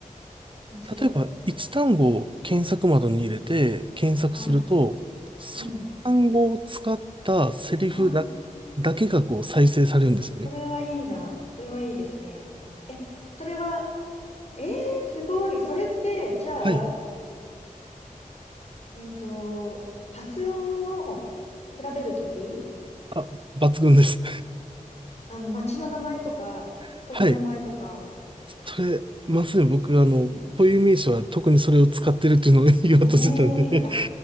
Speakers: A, on the left (about 50°); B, on the right (about 35°).
A: 面白い。
B: 例えば一単語を検索窓に入れて検索すると、
A: はい。
B: その単語を使ったセリフだ、
A: うん。ああ、
B: だけがこう再生されるんですよね。
A: それはいいな。それはいいですね。それは、ええすごい。それって、じゃあ、
B: はい。
A: えっと、発音を調べるとき、
B: あ、抜群です。
A: あの、町の名前とか、
B: <laughs>
A: 人の名前とか、
B: はい。それ、まさに僕、
A: それいいな。
B: あの、固有名詞は特にそれを使ってるっていうのを <laughs> 言おうとしてたんで
A: ええいや、